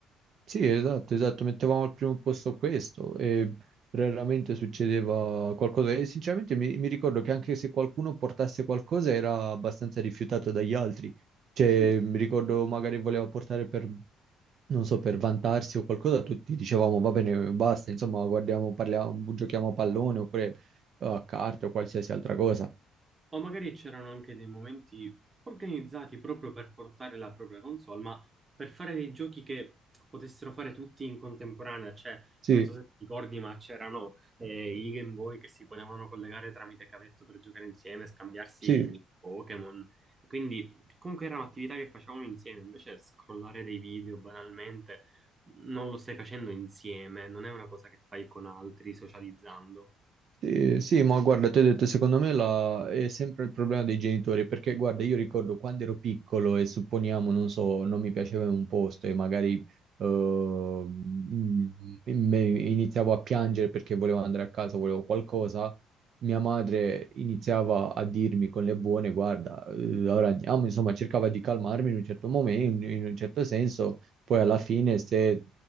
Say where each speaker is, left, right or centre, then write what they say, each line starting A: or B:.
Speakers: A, on the right; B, on the right.
A: Sì, esatto, esatto, mettevamo al primo posto questo e raramente succedeva qualcosa e sinceramente mi, mi ricordo che anche se qualcuno portasse qualcosa era abbastanza rifiutato dagli altri, cioè
B: Sì,
A: mi ricordo magari voleva portare per, non so, per vantarsi o qualcosa, tutti dicevamo va bene, basta, insomma, guardiamo, parliamo, giochiamo a pallone oppure eh, a carte o qualsiasi altra cosa.
B: O magari c'erano anche dei momenti organizzati proprio per portare la propria console, ma per fare dei giochi che potessero fare tutti in contemporanea, cioè,
A: Sì,
B: non so se ti ricordi, ma c'erano eh, i Game Boy che si potevano collegare tramite cavetto per giocare insieme, scambiarsi
A: sì.
B: Pokémon. Quindi comunque era un'attività che facevamo insieme, invece scrollare dei video banalmente non lo stai facendo insieme, non è una cosa che fai con altri socializzando.
A: Sì, sì, ma guarda, ti ho detto, secondo me la- è sempre il problema dei genitori, perché guarda, io ricordo quando ero piccolo e supponiamo, non so, non mi piaceva un posto e magari eh, mm, me- iniziavo a piangere perché volevo andare a casa, volevo qualcosa, mia madre iniziava a dirmi con le buone, guarda, eh, ora andiamo, insomma, cercava di calmarmi in un certo momento, in in un certo senso. Poi alla fine, se